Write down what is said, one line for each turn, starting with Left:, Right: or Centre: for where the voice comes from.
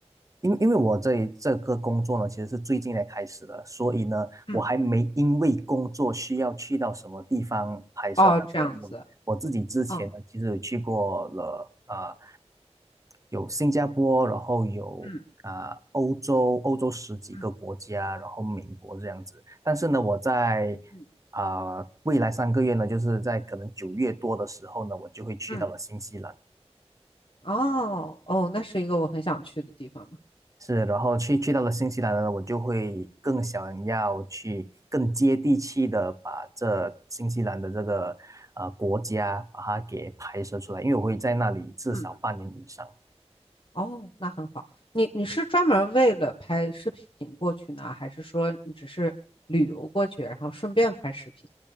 Right: 因因为我这一这个工作呢，其实是最近才开始的，所以呢，
Left: 嗯，
Right: 我还没因为工作需要去到什么地方拍摄，
Left: 哦，
Right: 但是我我自己之前呢，
Left: 这样子。哦，
Right: 其实有去过了啊、呃有新加坡，然后有啊、
Left: 嗯
Right: 呃欧洲，欧洲十几个国家，
Left: 嗯
Right: 然后美国这样子。但是呢，我在
Left: 嗯
Right: 啊、呃未来三个月呢，就是在可能九月多的时候呢，我就会去到了新西兰。
Left: 嗯，哦哦，那是一个我很想去的地方呢。
Right: 是，然后去去到了新西兰呢，我就会更想要去更接地气的把这新西兰的这个呃国家把它给拍摄出来，因为我会在那里至少半年以上。
Left: 嗯，哦，那很好。你你是专门为了拍视频过去呢，还是说你只是旅游过去，然后顺便拍视频？